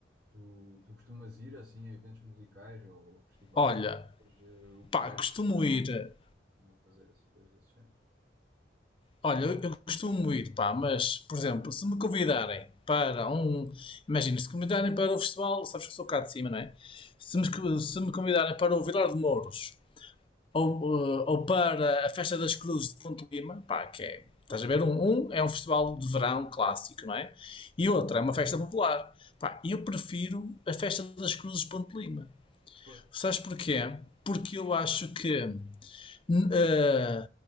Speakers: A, on the right (about 50°); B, on the left (about 30°).
A: tu, tu costumas ir assim a eventos musicais ou festivais,
B: Olha,
A: ou, eh, o preferes
B: pá, costumo ir.
A: não fazer assim coisas desse género?
B: Olha, eu eu costumo ir, pá, mas, por exemplo, se me convidarem para um. Imagina, se convidarem para o festival, sabes que eu sou cá de cima, não é? Se
A: Sim,
B: me, co- se me convidarem para o Vilar de Mouros
A: certo?
B: ou, eh, ou para a Festa das Cruzes de Fonte Lima, pá, que é. Estás a ver? Um, um é um festival de verão clássico, não é? E outra
A: Sim.
B: é uma festa popular. Pá, eu prefiro a Festa das Cruzes de Ponte Lima.
A: Pois,
B: Sabes porquê? Porque eu acho que eh,